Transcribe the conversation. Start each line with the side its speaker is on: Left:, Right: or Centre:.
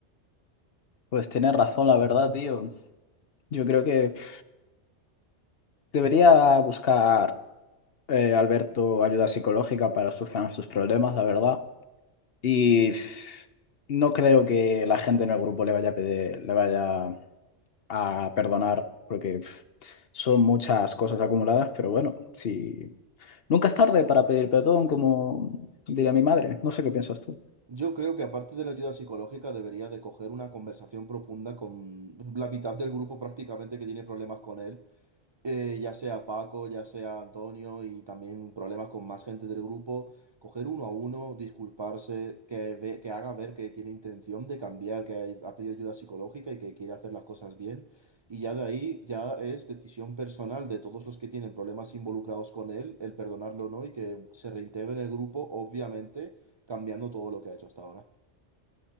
Left: Pues tienes razón, la verdad, tío. Yo creo que pf, debería buscar eh, Alberto ayuda psicológica para solucionar sus problemas, la verdad. Y pf, no creo que la gente en el grupo le vaya a pedir- le vaya a perdonar, porque pf, son muchas cosas acumuladas, pero bueno, si nunca es tarde para pedir perdón, como diría mi madre. No sé qué piensas tú.
Right: Yo creo que aparte de la ayuda psicológica debería de coger una conversación profunda con la mitad del grupo prácticamente que tiene problemas con él eh, ya sea Paco, ya sea Antonio y también problemas con más gente del grupo, coger uno a uno, disculparse, que, ve- que haga ver que tiene intención de cambiar, que ha pedido ayuda psicológica y que quiere hacer las cosas bien. Y ya de ahí ya es decisión personal de todos los que tienen problemas involucrados con él, el perdonarlo o no y que se reintegre en el grupo, obviamente cambiando todo lo que ha hecho hasta ahora.